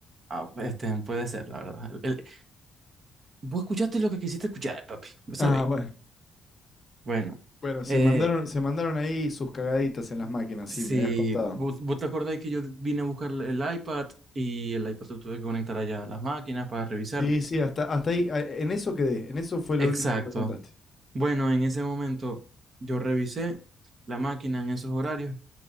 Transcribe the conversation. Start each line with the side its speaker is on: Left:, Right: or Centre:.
Right: Ah, pues, este, puede ser, la verdad. El- el- Vos escuchaste lo que quisiste escuchar, papi. Vos
Left: Ah,
Right: sabéis.
Left: bueno.
Right: Bueno,
Left: Bueno, se
Right: eh,
Left: mandaron, se mandaron ahí sus cagaditas en las máquinas,
Right: si
Left: sí, me habías contado.
Right: vos, vos te acordáis que yo vine a buscar el iPad y el iPad lo tuve que conectar allá a las máquinas para revisar.
Left: Sí, sí, hasta, hasta ahí, a- en eso quedé, en eso fue lo
Right: Exacto.
Left: último que me contaste.
Right: Bueno, en ese momento yo revisé la máquina en esos horarios